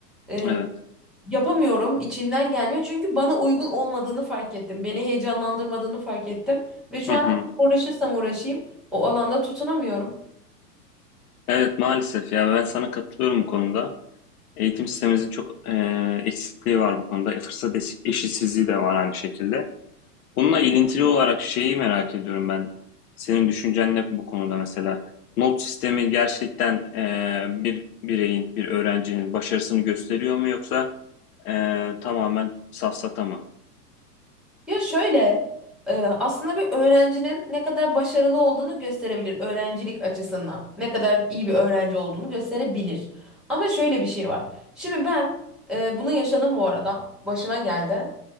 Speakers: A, in the centre; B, on the left.
A: Ee,
B: Evet.
A: yapamıyorum içimden gelmiyor çünkü bana uygun olmadığını fark ettim. Beni heyecanlandırmadığını fark ettim. Ve şu
B: Hı hı.
A: an uğraşırsam uğraşayım o alanda tutunamıyorum.
B: Evet maalesef ya ben sana katılıyorum bu konuda. Eğitim sistemimizin çok e, eksikliği var bu konuda. E, fırsat eşitsizliği de var aynı şekilde. Bununla ilintili olarak şeyi merak ediyorum ben. Senin düşüncen ne bu konuda mesela? Not sistemi gerçekten eee, bir bireyin, bir öğrencinin başarısını gösteriyor mu yoksa eee, tamamen safsata mı?
A: Ya şöyle, e, aslında bir öğrencinin ne kadar başarılı olduğunu gösterebilir öğrencilik açısından. Ne kadar iyi bir öğrenci olduğunu gösterebilir. Ama şöyle bir şey var. Şimdi ben e, bunu yaşadım bu arada. Başıma geldi.